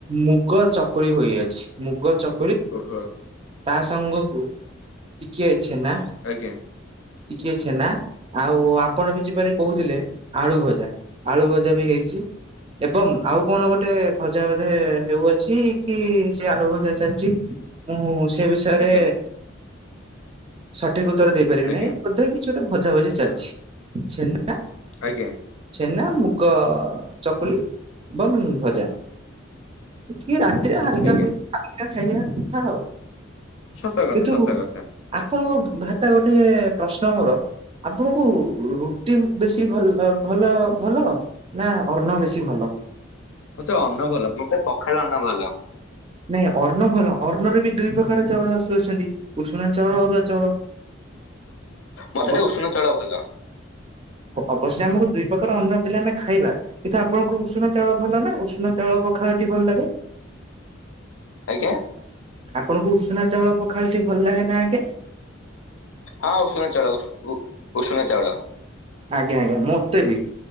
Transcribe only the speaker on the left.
ଓହୋ।
ଆଜ୍ଞା
ଆଜ୍ଞା
ଆଜ୍ଞା
ଆଜ୍ଞା।
ଆଜ୍ଞା
ସତ କଥା
ସତ କଥା
ମତେ ଅନ୍ନ ଭଲ, ମତେ ପଖାଳଅନ୍ନ ଭଲ।
ମତେସେ
ଉଷୁନା ଚଳ ଭଲ।
ଆଜ୍ଞା।
ହଁ, ଉଷୁନା ଚାଉଳ ଉ ଉଷୁନା ଚାଉଳ।